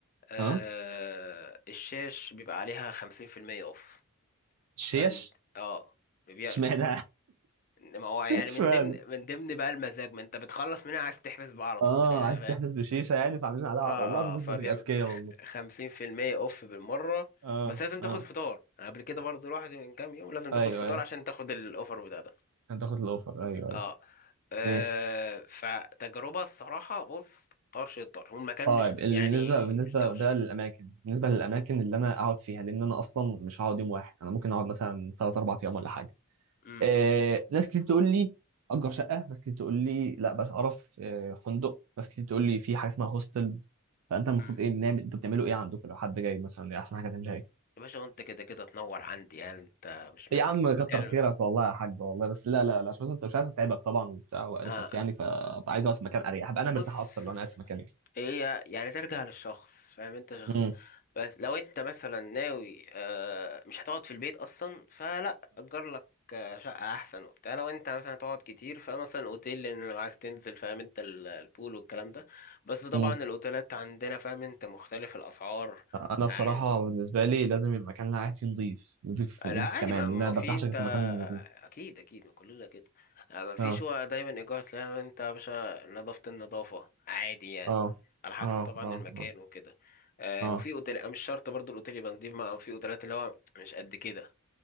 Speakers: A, on the left; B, on the right.
A: آه،
B: اه
A: الشاش بيبقى عليها خمسين في المية اوف
B: شيش
A: فانت اه بيبيع
B: اشمعنى
A: انما هو يعني
B: <laughs> اشمعنى
A: من ضمن من ضمن بقى المزاج ما انت بتخلص من هنا عايز تحبس بقى على طول
B: اه
A: من هنا
B: عايز تحبس بشيشة يعني فعاملين عليها
A: اه
B: والله العظيم
A: اه
B: ناس
A: فبيعمل
B: اذكياء والله
A: خمسين في المية اوف بالمرة
B: اه
A: بس لازم تاخد
B: اه
A: فطار أنا قبل كده برضو رحت من كام يوم لازم تاخد
B: ايوه
A: فطار
B: ايوه
A: عشان تاخد الاوفر بتاعتك
B: عشان تاخد الاوفر ايوه ايوه
A: اه آه،
B: ماشي
A: فتجربة الصراحة بص طرش الطرش والمكان
B: اه
A: مش
B: بالنسبه
A: يعني
B: بالنسبه
A: مش دوشة
B: بقى للاماكن بالنسبه للاماكن اللي انا اقعد فيها لان انا اصلا مش هقعد يوم واحد انا ممكن اقعد مثلا 3 4 ايام ولا حاجه
A: امم
B: آه ناس كتير تقول لي اجر شقه ناس كتير تقول لي لا بس اعرف آه فندق ناس كتير تقول لي في حاجه اسمها هوستلز فانت المفروض
A: امم
B: ايه بنعمل انتوا بتعملوا ايه عندكم لو حد جاي مثلا إيه احسن حاجه تعملها ايه
A: يا باشا وانت كده كده تنور عندي يعني انت مش محتاج
B: يا عم كتر
A: كلمة
B: <laughs> خيرك والله يا حاج والله بس لا لا لا مش بس انت مش عايز اتعبك طبعا وبتاع وقرفك
A: آه
B: يعني فابقى عايز اقعد في مكان اريح هبقى انا
A: بص
B: مرتاح اكتر لو انا قاعد في مكان
A: هي يعني ترجع للشخص فاهم انت شخص
B: يعني.
A: بس لو انت مثلا ناوي آه، مش هتقعد في البيت اصلا فلا اجر لك آه، شقة احسن وبتاع لو انت مثلا هتقعد كتير فمثلا الاوتيل لان لو عايز تنزل فاهم انت ال- البول والكلام ده بس طبعا
B: امم
A: الاوتيلات عندنا فاهم انت مختلف الاسعار
B: انا
A: يعني
B: بصراحه بالنسبه لي لازم يبقى المكان اللي أنا قاعد فيه نظيف نظيف
A: لا
B: نظيف
A: عادي
B: كمان
A: ما
B: لان
A: ما
B: انا ما
A: في
B: برتاحش
A: انت
B: غير في المكان النظيف
A: اكيد اكيد ما كلنا كده آه، ما فيش
B: اه
A: هو دايما ايجار تلاقي انت يا باشا نظافة النظافة عادي يعني
B: اه
A: على حسب
B: اه
A: طبعا
B: اه اه
A: المكان
B: اه
A: وكده آه
B: آه،
A: وفي اوتيل آه، مش شرط برضو الاوتيل يبقى نضيف ما في اوتيلات اللي هو مش قد كده